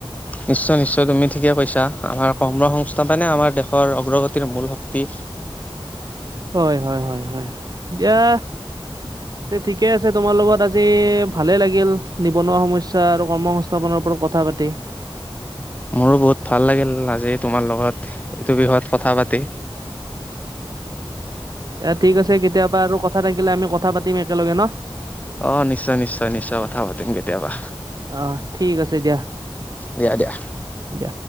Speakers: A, on the left; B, on the right.
A: নিশ্চয়- নিশ্চয় তুমি ঠিকে কৈছা আমাৰ কৰ্ম সংস্থাপনে আমাৰ দেশৰ অগ্ৰগতিৰ মূল শক্তি। <inaudible>
B: হয়', হয়', হয়', হয় ', এতিয়া তে ঠিকে আছে তোমাৰ লগত আজি ভালে লাগিল নিবনুৱা সমস্যা আৰু কৰ্ম সংস্থাপনৰ ওপৰত কথা পাতি।
A: মোৰো বহুত ভাল লাগিল আজি তোমাৰ লগত এইটো বিষয়ত কথা পাতি।
B: এ ঠিক আছে কেতিয়াবা আৰু কথা থাকিলে আমি কথা পাতিম একেলগে ন।
A: অ নিশ্চয় নিশ্চয় নিশ্চয় কথা পাতিম কেতিয়াবা।
B: অ ঠিক আছে দিয়া।
A: দিয়া দিয়া
B: দিয়া